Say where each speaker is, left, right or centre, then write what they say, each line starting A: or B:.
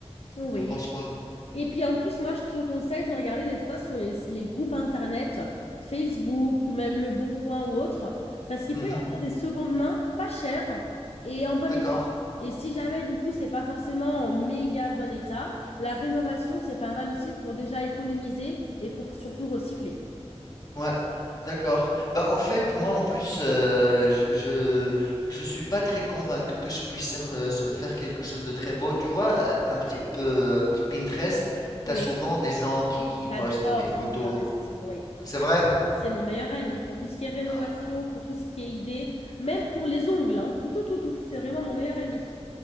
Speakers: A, on the left; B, on the left.
A: Oui.
B: T'en penses quoi?
A: Et puis en plus, moi, je te conseille de regarder des fois sur les, les groupes internet, Facebook ou même Le Bon Coin ou autre, parce qu'il
B: Mhm,
A: peut y avoir des secondes mains pas chères et en bon
B: d'accord.
A: état. Et si jamais, du coup, c'est pas forcément en méga bon état, la rénovation, c'est pas mal aussi pour déjà économiser et pour surtout recycler.
B: Ouais, d'accord. Bah, en fait, moi, en plus, euh, je, je, je suis pas très convaincu que je puisse faire, euh, se- faire quelque chose de très beau. Tu vois, euh, un petit peu euh, P- Pinterest,
A: Oui,
B: t'as souvent des gens qui, qui
A: j'adore
B: postent des photos.
A: Pinterest. Oui,
B: C'est vrai?
A: c'est mon meilleur ami pour tout ce qui est rénovation,
B: Ah.
A: pour tout ce qui est idée, même pour les ongles, hein, pour tout, tout, tout. C'est vraiment mon meilleur ami.